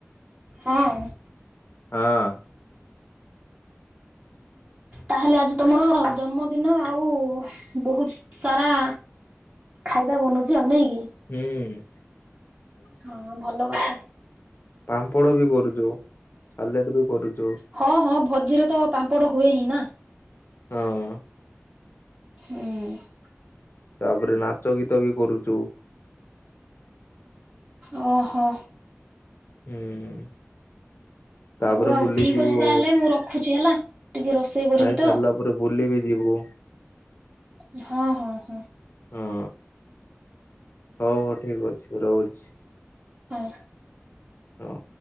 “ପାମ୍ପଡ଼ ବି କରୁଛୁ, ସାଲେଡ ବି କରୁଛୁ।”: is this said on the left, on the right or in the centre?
Left